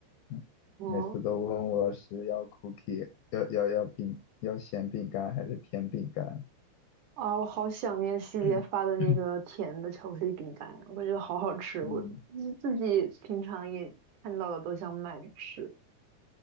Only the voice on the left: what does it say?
嗯每次都问我是要
cookie，要要要饼，要咸饼干还是甜饼干。
<coughs> <clears throat>
嗯，